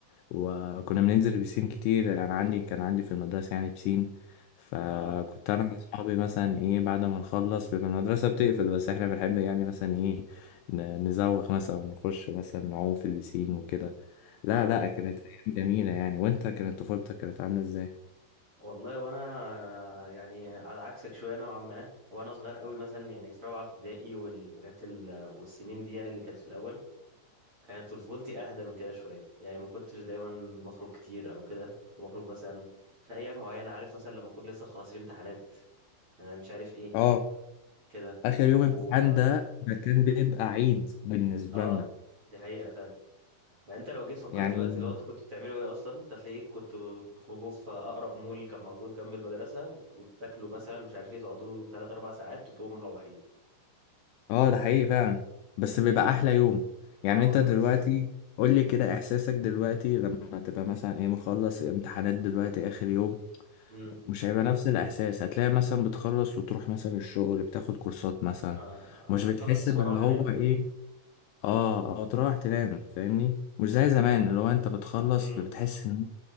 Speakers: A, on the left (about 85°); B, on the right (about 30°).
A: وكنا بننزل بسين كتير انا عندي كان عندي في المدرسه يعني بسين فكنت
B: اه
A: انا واصحابي مثلا ايه بعد ما نخلص بيبقى المدرسه بتقفل بس احنا بنحب يعني مثلا ايه ن- نزوغ مثلا ونخش مثلا نعوم في البسين وكده لا
B: اه
A: لا كانت ايام جميله يعني وانت كانت طفولتك كانت عامله ازاي
B: والله وانا يعني على عكسك شوية نوعا ما وانا صغير قوي مثلا يعني في رابعة ابتدائي والحاجات ال... والسنين دي يعني اللي كانت في الأول كانت طفولتي أهدى من كده شوية يعني ما كنتش دايما بخرج كتير أو كده كنت بخرج مثلا في أيام معينة عارف مثلا لما أكون لسه خلاص الامتحانات آه، مش عارف ايه
A: اه
B: كده
A: اخر يوم
B: و
A: امتحان ده ده كان بيبقى عيد بالنسبه
B: اه
A: لنا
B: دي حقيقة فعلا فانت لو جيت فكرت
A: يعني
B: دلوقتي لو انت كنت بتعملوا ايه اصلا انت هتلاقيك كنت بتخرجوا في اقرب مول كان موجود جنب المدرسه وت- وتاكلوا مثلا مش عارف ايه تقعدوا 3 4 ساعات وتقوموا مروحين
A: اه ده حقيقي فعلا بس بيبقى احلى يوم يعني
B: اه
A: انت
B: والله
A: دلوقتي
B: بس
A: قول لي كده احساسك دلوقتي لما تبقى مثلا ايه مخلص امتحانات دلوقتي اخر يوم
B: امم
A: مش هيبقى نفس الإحساس هتلاقي مثلا بتخلص وتروح مثلا الشغل بتاخد كورسات مثلا
B: آه
A: مش
B: بخلص
A: بتحس باللي
B: واروح
A: هو
B: انام
A: إيه آه أو تروح تنام فاهمني مش زي زمان اللي هو أنت بتخلص
B: امم
A: بتحس إن